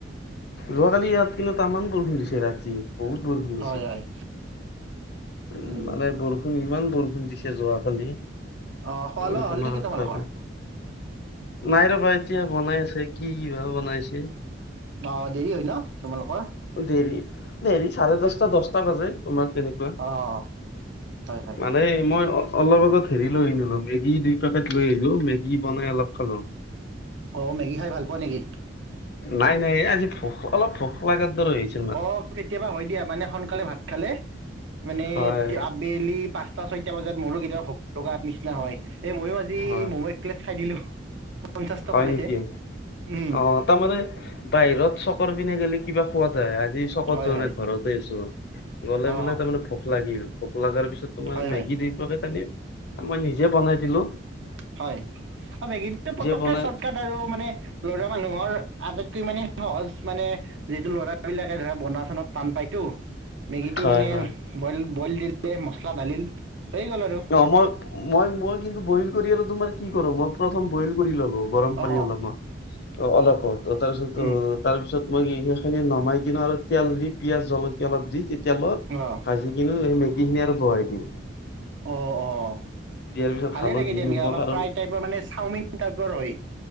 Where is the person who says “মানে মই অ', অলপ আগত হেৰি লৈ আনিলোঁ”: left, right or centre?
Left